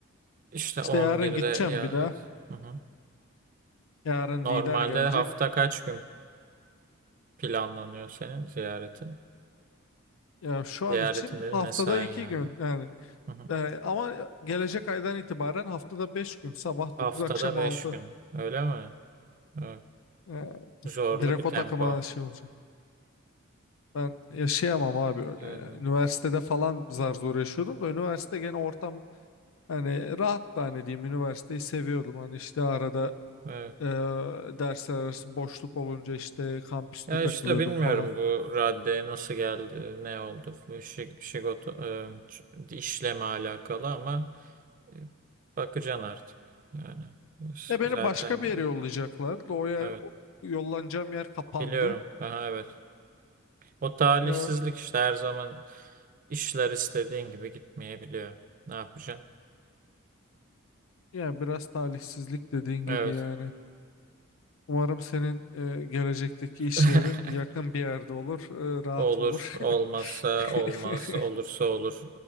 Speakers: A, on the right; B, on the left.
A: İşte
B: İşte
A: 11'de
B: yarın gideceğim
A: ya
B: bir daha.
A: evet. Hı hı.
B: Yarın
A: Normalde
B: lider gelecek.
A: hafta kaç gün planlanıyor senin ziyaretin?
B: Ya şu
A: Ziyaretin
B: an için haftada
A: dedim mesain
B: 2
A: yani.
B: gün yani.
A: Hı hı.
B: Ee, ama gelecek aydan itibaren haftada 5 gün. Sabah
A: Haftada
B: dokuz akşam
A: 5
B: altı
A: gün. Öyle mi? Evet.
B: Ee,
A: Zorlu
B: direkt
A: bir
B: o
A: tempo.
B: takıma şey olacak. Ben yaşayamam abi öyle.
A: Evet.
B: ya. Üniversitede falan zar zor yaşıyordum da üniversite gene ortam Hani rahat da hani diyeyim üniversiteyi seviyordum. Hani işte arada
A: Evet.
B: e, dersler arası boşluk olunca işte kampüste
A: Ya
B: takılıyordum
A: işte bilmiyorum
B: falan.
A: bu raddeye nasıl geldi, ne oldu. Bu şi- şigoto, e, ç- işleme alakalı ama e, bakacaksın artık. Yani s-
B: E beni
A: zaten
B: başka bir
A: de-
B: yere yollayacaklardı. O yer
A: evet
B: o- yollanacağım yer kapandı.
A: biliyorum. Aha, evet. O talihsizlik
B: E,
A: işte her zaman işler istediğin gibi gitmeyebiliyor. Ne yapacaksın?
B: yani biraz talihsizlik dediğin gibi
A: Evet.
B: yani. Umarım senin e, gelecekteki iş
A: <laughs>
B: yerin yakın bir yerde olur, e, rahat
A: Olur,
B: olur.
A: olmazsa
B: <laughs>
A: olmaz, olursa olur.